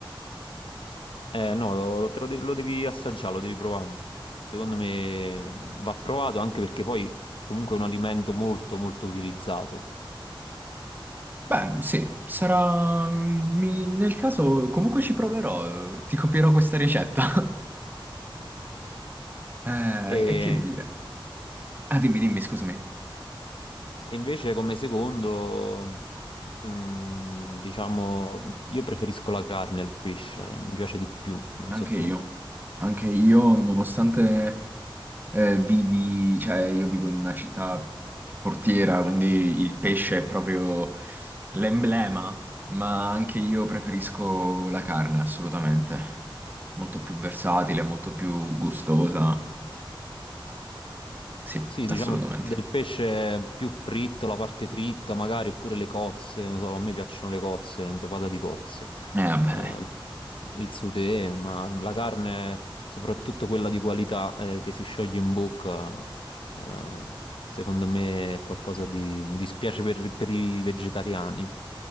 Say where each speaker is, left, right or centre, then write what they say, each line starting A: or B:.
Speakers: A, on the left; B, on the right.
A: Eh, no, lo, lo- te lo de- lo devi assaggiare, lo devi provare. Secondo me mm, va provato anche perché poi comunque è un alimento molto molto utilizzato.
B: Beh, sì, sarà... mi- Nel caso comunque ci proverò, eh, ti copierò questa ricetta. <laughs> Eh,
A: E,
B: e che dire? Ah, dimmi, dimmi, scusami.
A: e invece come secondo, mm, diciamo, io preferisco la carne al pesce, mi piace di più, non
B: Anche
A: so tu.
B: io. Anche io, nonostante eh, vivi... Cioè, io vivo in una città portiera, quindi il pesce è proprio l'emblema, ma anche io preferisco la carne, assolutamente. Molto più versatile, molto più gustosa. Sì,
A: Sì,
B: assolutamente.
A: diciamo del pesce più fritto, la parte fritta magari, oppure le cozze, non so, a me piacciono le cozze, impepata di cozze,
B: Eh, vabbè.
A: eh, il, il sauté, ma la carne, soprattutto quella di qualità, eh, che si scioglie in bocca, eh, secondo me è qualcosa di... mi dispiace per, per i vegetariani,